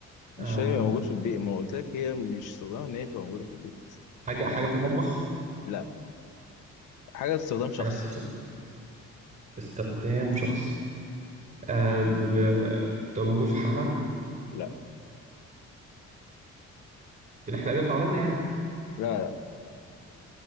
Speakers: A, on the left; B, on the right.
A: مش
B: آه
A: هيبقى موجود في البيت ما قلت لك هي مش استخدامها ان هي تبقى موجوده في البيت
B: حاجة حاجة في المطبخ؟
A: لا حاجه استخدام شخصي
B: حاجة في السوق استخدام شخصي آه ب... بتبقى موجود في الحمام
A: لا
B: بنحلق بيها شعرنا يعني
A: لا لا